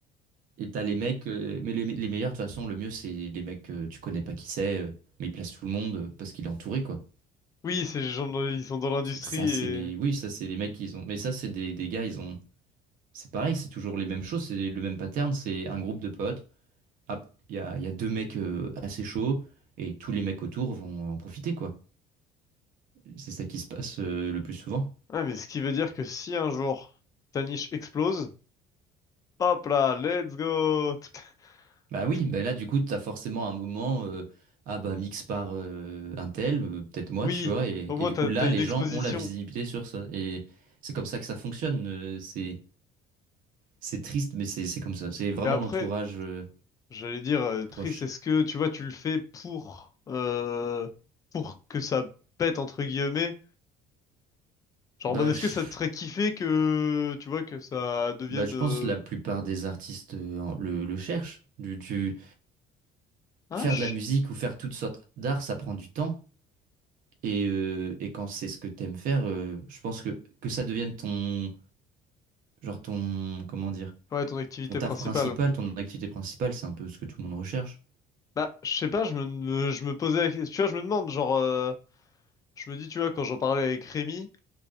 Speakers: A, on the right; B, on the left.
A: Et t'as les mecs, euh, mais le- les meilleurs, de toute façon, le mieux, c'est les mecs que tu connais pas qui c'est, euh, mais ils placent tout le monde euh, parce qu'il est entouré, quoi.
B: Oui, ces gens dans- ils sont dans l'industrie
A: C'est ça, c'est
B: et
A: les. Oui, ça, c'est les mecs qu'ils ont. Mais ça, c'est des, des gars, ils ont. C'est pareil, c'est toujours les mêmes choses, c'est le même pattern, c'est un groupe de potes ah, il y a, il y a deux mecs euh, assez chauds et tous les mecs autour vont en profiter, quoi. C'est ça qui se passe euh, le plus souvent.
B: ouais, mais ce qui veut dire que si un jour ta niche explose, hop là, let's go. Tout-
A: Bah oui,
B: tout-
A: bah là, du coup, t'as forcément un moment, euh, ah bah, mix par euh, un tel, euh, peut-être moi,
B: Oui,
A: tu vois, et,
B: au
A: et
B: moins
A: du
B: t'as
A: coup, là,
B: t'as
A: les
B: une exposition.
A: gens ont la visibilité sur ça. Et c'est comme ça que ça fonctionne. euh, c'est, c'est triste, mais c'est, c'est comme ça. C'est vraiment
B: Et après
A: l'entourage euh,
B: J'allais dire euh,
A: proche.
B: triste, est-ce que tu vois, tu le fais pour euh, pour que ça pète entre guillemets? Genre
A: Bah
B: en mode est-ce
A: je,
B: que ça te ferait kiffer que tu vois que ça devienne
A: bah, je
B: euh,
A: pense que la plupart des artistes euh, en- le, le cherchent. Du, du-
B: un
A: faire de la musique ou faire toutes sortes d'art, ça prend du temps. Et, euh, et quand c'est ce que t'aimes faire, euh, je pense que, que ça devienne ton, genre ton, comment dire,
B: Ouais, ton activité
A: ton taf
B: principale.
A: principal, ton activité principale, c'est un peu ce que tout le monde recherche.
B: Bah, je sais pas, je me, me- je me posais la question, tu vois, je me demande, genre euh, je me dis, tu vois, quand j'en parlais avec Rémi,